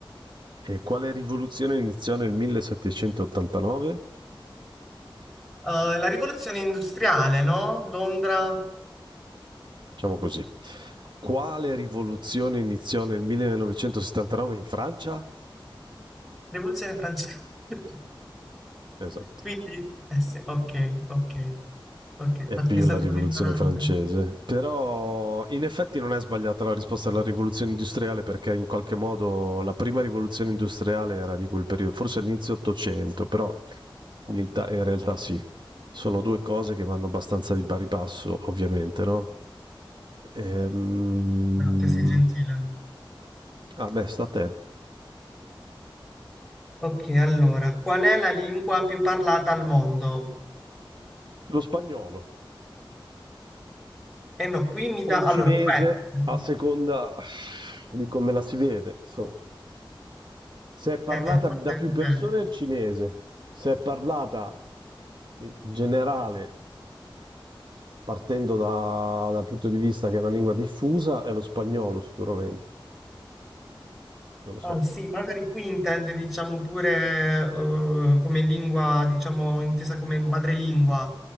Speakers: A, on the right; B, in the centre.
A: E quale rivoluzione iniziò nel 1789?
B: Eh, la rivoluzione industriale, no? Londra,
A: Diciamo così. Quale rivoluzione iniziò nel 1979 in Francia?
B: rivoluzione francese. <laughs>
A: Esatto.
B: Quindi, eh sì, ok, ok, ok,
A: È
B: fa-
A: più
B: mi sento
A: la rivoluzione
B: un ignorante.
A: francese, però in effetti non è sbagliata la risposta alla rivoluzione industriale perché in qualche modo la prima rivoluzione industriale era di quel periodo, forse all'inizio 800, però in, ilta- in realtà sì, sono due cose che vanno abbastanza di pari passo, ovviamente, no? Ehm...
B: Grazie, sei gentile.
A: Ah beh, sta a te.
B: Ok, allora, qual è la lingua più parlata al mondo?
A: Lo spagnolo
B: Eh no, qui mi dà...
A: o il
B: Allora,
A: cinese
B: può essere...
A: a seconda di come la si vede, insomma. Se è parlata
B: Eh, forse
A: da più
B: dipende.
A: persone è il cinese, se è parlata in generale, partendo da- dal punto di vista che è una lingua diffusa, è lo spagnolo sicuramente, non lo so.
B: Ah, sì, magari qui intende, diciamo, pure eh, come lingua, diciamo, intesa come madrelingua.